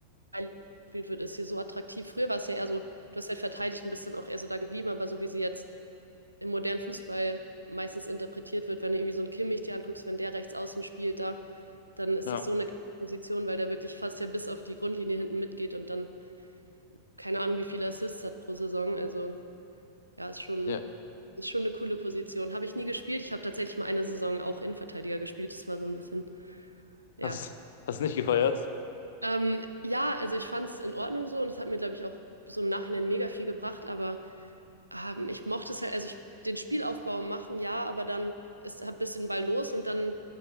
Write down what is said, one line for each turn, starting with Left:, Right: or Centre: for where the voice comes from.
Right: gespielt wird, ist hier so attraktiv. Früher war es ja eher so, du hast halt verteidigt und bist dann auch eher so da geblieben, aber so wie sie jetzt im modernen Fußball meistens interpretiert wird, wenn du irgendwie so einen Kimmich dir anguckst, wenn der rechts außen spielt da, dann ist
Left: Ja.
Right: das so eine Position, weil der wirklich fast ja bis auf die Grundlinie hinten mitgeht und dann keine Ahnung, wie viele Assists hat pro Saison. Also ja, ist schon,
Left: Ja,
Right: ist schon eine coole Position. Habe ich nie gespielt. Ich habe tatsächlich mal eine Saison auch Innenverteidiger gespielt. Das war so ein bisschen, ja.
Left: hast, hast nicht gefeiert?
Right: Ähm, ja, also ich fand es in Ordnung so und das hat mir, glaube ich, auch so im Nachhinein mega viel gebracht. Aber ähm, ich mochte es halt, also ich den Spielaufbau machen, ja, aber dann ist hab bisschen den Ball los und dann